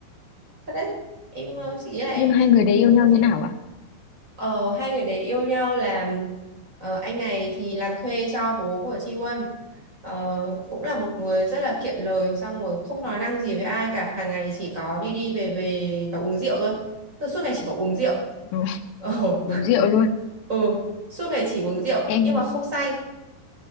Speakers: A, on the right; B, on the left.
A: thật đấy em ờ, chị nghĩ là em
B: nhưng mà
A: nên
B: hai người đấy yêu
A: nhìn
B: nhau
A: ra
B: như
A: xem
B: nào ạ
A: Ờ, hai người đấy yêu nhau là ờ, anh này thì làm thuê cho bố của Chi Won Ờ, cũng là một người rất là kiệm lời xong rồi không nói năng gì với ai cả hàng ngày chỉ có đi đi về về và uống rượu thôi Tức là suốt ngày chỉ có uống rượu
B: Ừ,
A: ờ.
B: uống
A: <laughs>
B: rượu luôn
A: ừ. suốt ngày chỉ uống rượu
B: em
A: nhưng mà không say